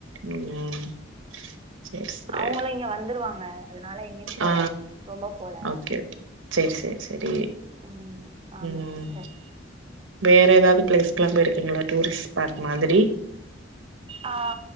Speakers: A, on the right; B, on the right.
A: ம் சேரி சேரி
B: அவுங்களு இங்க வந்துருவாங்க அதுனால எங்யும் போல
A: ஆ
B: ரொம்ப போல
A: ஓகே சேரி சேரி சேரி
B: ம் ம் ஆமா
A: ம்
B: சிஸ்டர்
A: வேற எதாவ்து பிளேஸுக்லா போயிருக்கீங்ளா டூரிஸ் ஸ்பாட் மாதிரி
B: ஆ